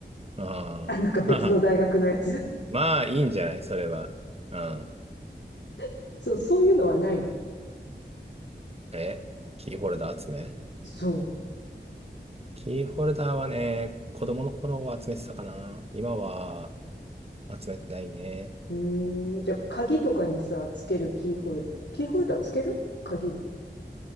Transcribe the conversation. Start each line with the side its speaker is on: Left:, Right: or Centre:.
Right: ああ。
Left: あ、なんか別の大学のやつ。
Right: <laughs> まあ、いいんじゃないそれは。うん。
Left: <laughs> そう、そういうのはないの
Right: えキーホルダー集め
Left: そ
Right: キーホルダーはね、子供の頃は集めてたかな。今は集めてないね。
Left: う。へえ。じゃあ、鍵とかにさ、つけるキーホル、キーホルダーつける鍵に。